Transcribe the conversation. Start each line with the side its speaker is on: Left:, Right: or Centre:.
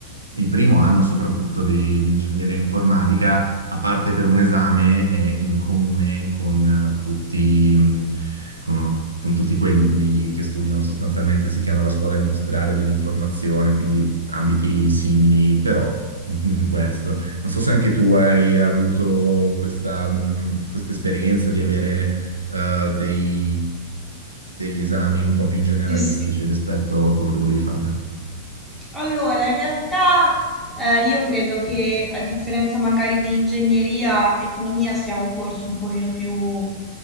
Right: il primo anno soprattutto di, di ingegneria informatica, a parte per un esame, è in comune con eh, tutti, mh, con, con tutti quelli che studiano sostanzialmente, si chiama la scuola industriale dell'informazione, quindi ambiti simili, però <laughs> questo. Non so se anche tu hai avuto questa, mh, questa esperienza di avere eh, dei- degli esami un po' più generalistici
Centre: Sì, sì.
Right: rispetto a quello che volevi fare.
Centre: Allora, in realtà eh, io credo che a differenza magari di ingegneria, economia sia un corso un pochino più